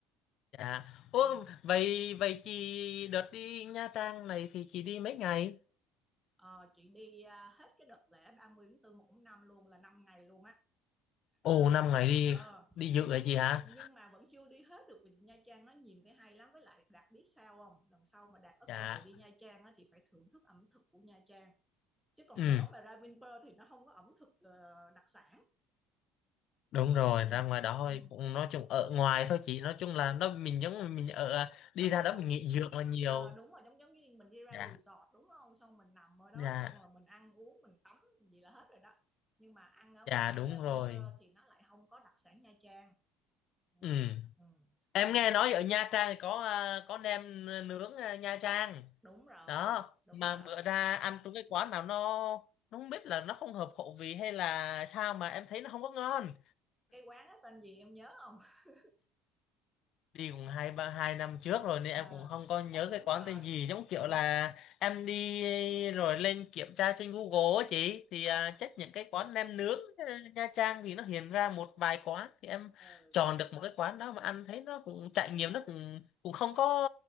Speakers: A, on the left (about 60°); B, in the centre.
A: dạ. Ủa
B: Ờ.
A: vậy vậy chị đợt đi Nha Trang này thì chị đi mấy ngày?
B: Ờ, chị đi à, hết cái đợt lễ 30 tháng 4 một tháng 5 luôn là 5 ngày luôn á
A: Ồ
B: ờ,
A: năm ngày đi
B: ờ,
A: đi dự
B: nhưng
A: vậy chị hả?
B: nhưng mà vẫn chưa đi hết được vì Nha Trang nó nhiều cái hay lắm với lại Đạt biết sao không lần sau mà Đạt có
A: Dạ.
B: cơ hội đi Nha Trang á, thì phải thưởng thức ẩm thực của Nha Trang chứ còn
A: Ừ,
B: nếu mà ra Vinpearl thì nó không có ẩm thực ờ, đặc sản
A: đúng rồi,
B: ừ,
A: ra ngoài đó thôi,
B: ừ.
A: cũng nói chung ở ngoài thôi chị, nói chung là nó mình giống như mình ở à, đi
B: Giống
A: ra
B: như
A: đó
B: ở
A: mình nghỉ dưỡng là nhiều.
B: Ờ, đúng rồi, giống giống như mình đi ra
A: Dạ.
B: resort đúng không? Xong mình nằm ở đó
A: Dạ.
B: xong rồi mình ăn uống, mình tắm gì là hết rồi đó. Nhưng mà ăn ở
A: Dạ
B: ngoài
A: đúng
B: ờ,
A: rồi.
B: Vinpearl thì nó lại không có đặc sản Nha Trang. Ừ.
A: Ừ.
B: Ừ.
A: Em
B: Mà
A: nghe nói ở Nha Trang thì có à, có nem nướng à, Nha Trang
B: đúng rồi,
A: đó
B: đúng
A: mà
B: rồi.
A: bữa ra ăn trong cái quán nào nó nó không biết là nó không hợp khẩu vị hay là sao mà em thấy nó không có ngon
B: Cái quán đó tên gì em nhớ không? <laughs>
A: đi cũng hai ba hai năm trước rồi nên
B: À,
A: em cũng không có nhớ
B: đúng
A: cái quán
B: rồi.
A: tên gì giống kiểu
B: Cũng
A: là em đi rồi lên kiểm tra trên Google á chị thì
B: à
A: à, chắc những cái quán nem nướng ờ, Nha Trang thì nó hiện ra một vài quán thì em
B: ừ.
A: chọn được một cái quán đó mà ăn thấy nó cũng trải nghiệm nó cũng cũng không có